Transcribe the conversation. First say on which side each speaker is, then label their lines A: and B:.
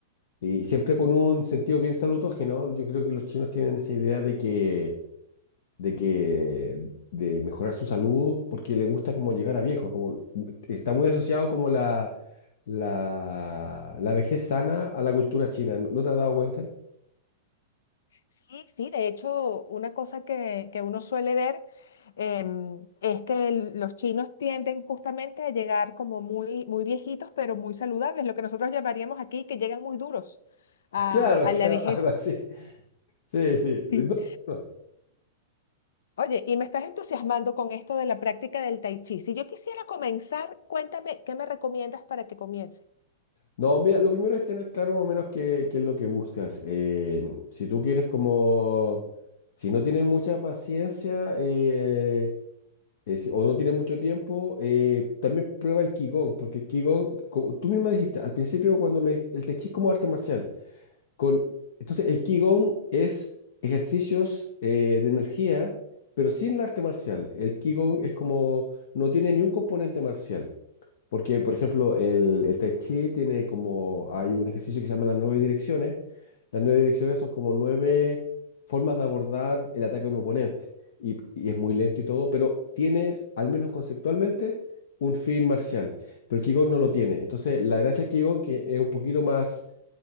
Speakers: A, on the left (about 70°); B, on the left (about 80°).
A: Y siempre con un sentido bien salutógeno. Yo creo que los chinos tienen esa idea de que de que de mejorar su salud porque le gusta como llegar a viejo, como está muy asociado como la la, la vejez sana a la cultura china. ¿No, no te has dado cuenta?
B: Sí, sí, de hecho, una cosa que, que uno suele ver em, es que el- los chinos tienden justamente a llegar como muy, muy viejitos, pero muy saludables, lo que nosotros llamaríamos aquí que llegan muy duros a,
A: <laughs> Claro,
B: a
A: claro,
B: la vejez.
A: algo así.
B: <laughs>
A: Sí, sí. No,
B: Sí.
A: no.
B: Oye, y me estás entusiasmando con esto de la práctica del tai chi. Si yo quisiera comenzar, cuéntame, ¿qué me recomiendas para que comience?
A: No, mira, lo primero es tener claro más o menos qué, qué es lo que buscas. Eh, si tú quieres como, si no tienes mucha paciencia, eh, eh, si- o no tienes mucho tiempo, eh, también prueba el Qigong, porque el Qigong, co- tú misma dijiste al principio cuando me dij- el Tai Chi es como arte marcial. Con, entonces, el Qigong es ejercicios eh, de energía, pero sin el arte marcial. El Qigong es como, no tiene ni un componente marcial. Porque, por ejemplo, el, el Tai Chi tiene como, hay un ejercicio que se llama las nueve direcciones. Las nueve direcciones son como nueve formas de abordar el ataque a un oponente. Y, y es muy lento y todo, pero tiene, al menos conceptualmente, un fin marcial. Pero el Qigong no lo tiene. Entonces, la gracia del Qigong que es un poquito más